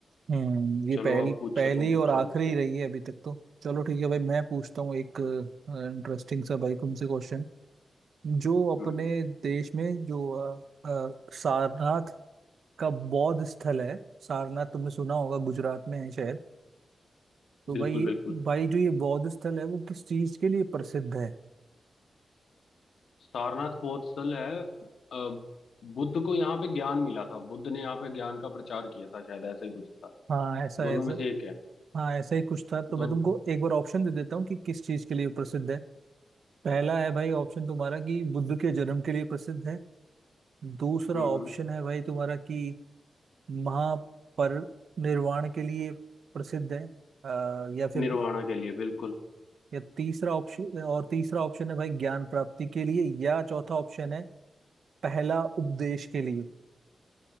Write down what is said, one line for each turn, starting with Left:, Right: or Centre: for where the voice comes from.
Right: हम्म ये
Left: चलो
Right: पहल
Left: अब पूछो
Right: पहली
Left: तुम पूछो
Right: और आखिरी
Left: मुझसे
Right: रही है अभी तक तो चलो ठीक है भाई मैं पूछता हूँ एक इंटरेस्टिंग सा भाई तुमसे क्वेश्चन जो अपने
Left: हम्म
Right: देश में जो अ, अ, सारनाथ का बौद्ध स्थल है सारनाथ तुमने सुना होगा गुजरात में है शायद तो
Left: बिल्कुल
Right: भाई ये-
Left: बिल्कुल
Right: भाई जो ये बौद्ध स्थल है वो किस चीज के लिए प्रसिद्ध है
Left: सारनाथ बौद्ध स्थल है अ, बुद्ध को यहाँ पे ज्ञान मिला था बुद्ध ने यहाँ पे ज्ञान का प्रचार किया था शायद ऐसा ही कुछ था
Right: हाँ ऐसा
Left: दोनों
Right: ऐसा
Left: में से एक है
Right: हाँ ऐसा ही कुछ था तो मैं
Left: दोनों
Right: तुमको एक बार ऑप्शन दे देता हूँ कि किस चीज के लिए प्रसिद्ध है पहला है भाई ऑप्शन तुम्हारा कि बुद्ध के जन्म के लिए प्रसिद्ध है दूसरा
Left: हम्म
Right: ऑप्शन
Left: हम्म
Right: है भाई तुम्हारा कि महापरिनिर्वाण के लिए प्रसिद्ध है अ, या फिर
Left: निर्वाणा के लिए बिल्कुल
Right: या तीसरा ऑप्शन और तीसरा ऑप्शन है भाई ज्ञान प्राप्ति के लिए या चौथा ऑप्शन है पहला उपदेश के लिए